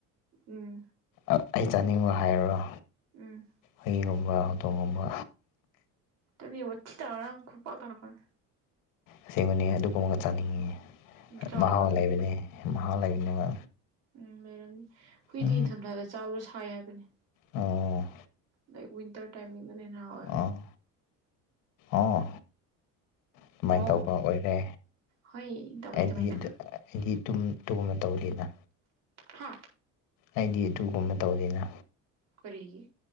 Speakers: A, on the right; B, on the left.
A: ꯎꯝ
B: ꯑꯥ ꯑꯩ ꯆꯥꯅꯤꯡꯕ ꯍꯥꯏꯌꯨꯔꯣ꯫
A: ꯎꯝ
B: ꯍꯨꯏꯒꯨꯝꯕ ꯍꯧꯗꯣꯡꯒꯨꯝꯕ꯫
A: ꯇꯣꯅꯤ ꯋꯥꯊꯤ ꯇꯧꯔ ꯈꯨꯄꯥꯛ ꯊꯥꯔꯛꯀꯅꯤ꯫
B: ꯑꯁꯦꯡꯕꯅꯦ ꯑꯗꯨꯒꯨꯝꯕꯒ ꯆꯥꯅꯤꯡꯉꯦ
A: ꯆꯥꯎꯅ
B: ꯃꯍꯥꯎ ꯂꯩꯕꯅꯦ ꯃꯍꯥꯎ ꯂꯩꯕꯅꯦꯕ꯫
A: ꯎꯝ ꯂꯩꯔꯝꯅꯤ ꯍꯨꯏꯗꯤ
B: ꯎꯝ
A: ꯏꯪꯊꯝꯊꯥꯗ ꯆꯥꯕꯗꯣ ꯁꯥꯏ ꯍꯥꯏꯕꯅꯦ꯫
B: ꯑꯣ
A: ꯂꯥꯏꯛ ꯋꯤꯟꯇꯔ ꯇꯥꯏꯃꯤꯡꯗꯅꯥ ꯍꯦꯟꯅ ꯍꯥꯎꯏ ꯍꯥꯏꯅꯦ꯫
B: ꯑꯣ ꯑꯣ ꯑꯗꯨꯃꯥꯏ
A: ꯑꯣ
B: ꯇꯧꯕ ꯑꯣꯏꯔꯦ
A: ꯍꯣꯏ ꯇꯧꯋꯦ
B: ꯑꯩꯗꯤ
A: ꯑꯗꯨꯃꯥꯏꯅ
B: ꯑꯗꯨ ꯑ ꯑꯩꯗꯤ ꯇꯨꯝ ꯇꯨꯒꯨꯝꯕ ꯇꯧꯗꯦꯅ
A: ꯍꯥꯥ
B: ꯑꯩꯗꯤ ꯑꯗꯨꯒꯨꯝꯕ ꯇꯧꯗꯦꯅ꯫
A: ꯀꯔꯤꯒꯤ